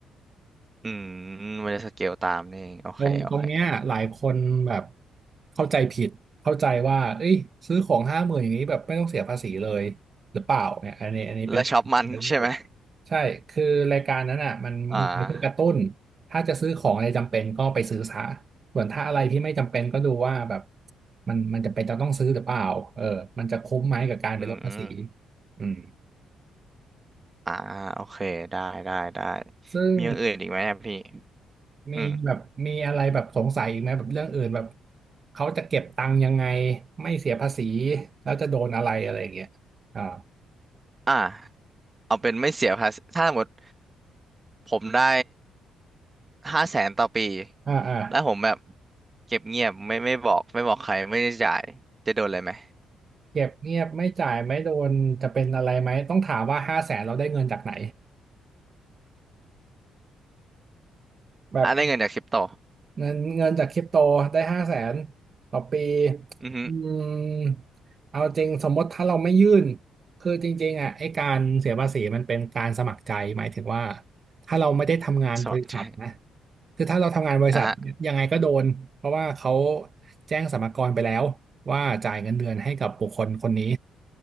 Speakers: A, on the right (about 25°); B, on the right (about 40°).
A: อืมมันจะสเกลตามนี่เองโอเค
B: ตรงตรงเนี้ยหลายคนแบบ
A: โอเค
B: เข้าใจผิดเข้าใจว่าเอ้ยซื้อของห้าหมื่นอย่างนี้แบบไม่ต้องเสียภาษีเลยหรือเปล่าเนี่ยอันนี้อันนี้เป็นความคิดที่ไม่ถูก
A: แล้วช็อปมันใช่ไหม
B: ใช่คือรายการนั้นอ่ะมันมีไว้เพื่อกระตุ้น
A: อ่า
B: ถ้าจะซื้อของอะไรจำเป็นก็ไปซื้อซะส่วนถ้าอะไรที่ไม่จำเป็นก็ดูว่าแบบมันมันจะเป็นจะต้องซื้อหรือเปล่าเออมันจะคุ้มไหมกับการไปลดภาษี
A: อืม
B: อืม
A: อ่าโอเค ได้ ได้ ได้
B: ซึ่ง
A: มีอย่างอื่นอีกไหมอะพี่
B: มีแบบมีอะไรแบบสงสัยอีกไหมแบบเรื่องอื่นแบบ
A: อืม
B: เขาจะเก็บตังค์ยังไงไม่เสียภาษีแล้วจะโดนอะไรอะไรอย่างเงี้ยอ่า
A: อ่าเอาเป็นไม่เสียภาษีถ้าสมมติผมได้ ห้าแสนต่อปี
B: อ่าอ่า
A: แล้วผมแบบเก็บเงียบไม่ไม่บอกไม่บอกใครไม่ได้จ่ายจะโดนอะไรไหม
B: เก็บเงียบไม่จ่ายไม่โดนจะเป็นอะไรไหมต้องถามว่าห้าแสนเราได้เงินจากไหนแบบ
A: อ่ะได้เงินจากคริปโต
B: เงินเงินจากคริปโตได้ห้าแสนต่อปี
A: อือฮึ
B: อืมเอาจริงสมมติถ้าเราไม่ยื่นคือจริงๆอ่ะไอ้การเสียภาษีมันเป็นการสมัครใจหมายถึงว่าถ้าเราไม่ได้ทำงานบริษัทนะ
A: สองใจ
B: คือถ้าเราทำงานบริษัทยังไงก็โดนเพราะว่าเขา
A: อ่ะฮะ
B: แจ้งสรรพากรไปแล้วว่าจ่ายเงินเดือนให้กับบุคคลคนนี้